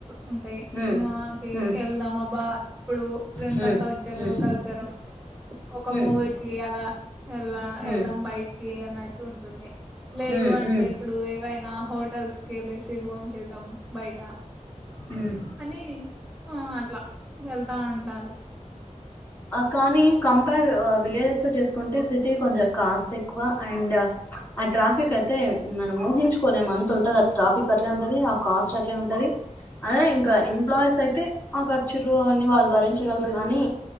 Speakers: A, in the centre; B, on the left.
A: ఉంటాయి
B: హ్మ్
A: సినిమాకి
B: హ్మ్
A: వెళ్దాం అబ్బా ఇప్పుడు ఫ్రెండ్స్
B: హ్మ్
A: అంతా వచ్చారు
B: హ్మ్
A: కలిసారు ఒక
B: హ్మ్
A: మూవీకి అలా వె
B: హ్మ్
A: వెళ్దాం బయట అన్నట్టు ఉంటుంది లేదు
B: హ్మ్
A: అంటే
B: హ్మ్
A: ఇప్పుడు ఏవైనా హోటల్స్ కి లేసి భోన్ చేద్దాం బయట
B: హ్మ్
A: అని అట్లా వెళ్తా ఉంటారు
B: కానీ కంపేర్ విలేజెస్ తో చేసుకుంటే సిటీ కొంచెం కాస్ట్ ఎక్కువ అండ్ డా ఆ ట్రాఫిక్ అయితే మనం ఊహించుకోలేం అంత ఉంటది ట్రాఫిక్ అట్లే ఉంటది ఆ కాస్ట్ అట్లే ఉంటది అదే ఇంకా ఎంప్లాయీస్ అయితే ఆ ఖర్చులు అవన్నీ వాళ్ళు భరించగలరు కానీ